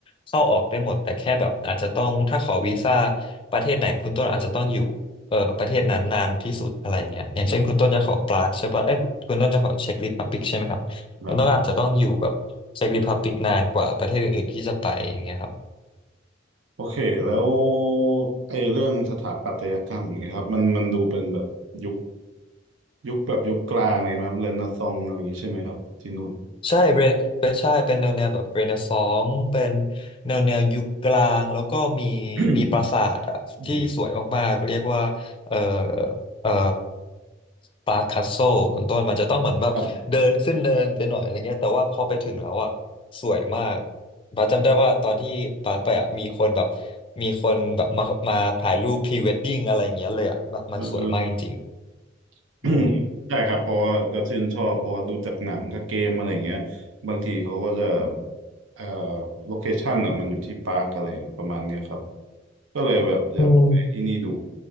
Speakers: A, on the left; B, on the right.
A: เข้าออกได้หมดแต่แค่แบบอาจจะต้องถ้าขอวีซ่าประเทศไหนคุณต้นอาจจะต้องอยู่ เอ่อประเทศนั้นนานที่สุดอะไรเงี้ยอย่างเช่นคุณต้นจะขอปรากใช่ปะเอ้ยคุณต้นจะขอเช็กริพับบิกใช่ไหมครับคุณต้นอาจจะต้องอยู่แบบเช็กริพับบิกนานกว่าประเทศอื่นๆที่จะไปอย่างเงี้ยครับ
B: แบบ <coughs> แบบ โอเคแล้วไอ้เรื่องสถาปัตยกรรมอย่างเงี้ยครับมันมันดูเป็นแบบยุคยุคแบบยุคกลางเลยไหมครับเรเนซองส์อะไรอย่างงี้ใช่ไหมครับที่นู่น
A: ใช่เรเป็นใช่เป็นแนวแนวแบบเรเนซองส์เป็นแนวแนวยุคกลางแล้วก็มี
B: <clears throat>
A: มีปราสาทอะที่สวยมากๆเรียกว่าเอ่อ
B: อืม
A: เอ่อปาคัสโซคุณต้นมันจะต้องเหมือนแบบเดินขึ้นเนินไปหน่อยอะไรเงี้ยแต่ว่าพอไปถึงแล้วอะ
B: ครับ
A: สวยมากบาสจำได้ว่าตอนที่บาสไปอะมีคนแบบมีคนแบบมามาถ่ายรูปพรีเวดดิ้งอะไรอย่างเงี้ยเลยอะแบบมันสวยมากจริง
B: เออ
A: ๆเออ
B: <coughs> อืมใช่ครับเพราะว่าก็ชื่นชอบเพราะว่าดูจากหนังกับเกมอะไรอย่างเงี้ยบางทีเขาก็จะเอ่อโลเคชั่นอ่ะมันอยู่ที่ปาร์คอะไรประมาณเนี้ยครับก็เลยแบบอยากไปที่นี่ดู
A: อืม